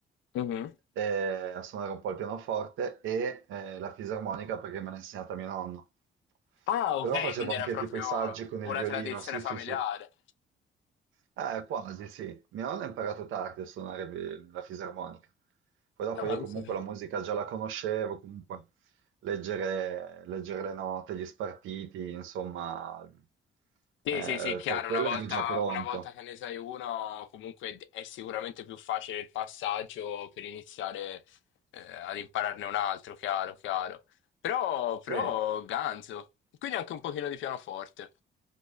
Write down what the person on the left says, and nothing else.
Mhm.
Ah, ok,
quindi
era
proprio
una
tradizione
familiare.
Ah, ma
cos'è?
Sì,
sì, sì, chiaro,
una volta,
una volta che ne sai uno, comunque d- è sicuramente più facile il passaggio per iniziare eh, ad impararne un altro, chiaro, chiaro. Però, però,
ganzo. Quindi anche un pochino di pianoforte.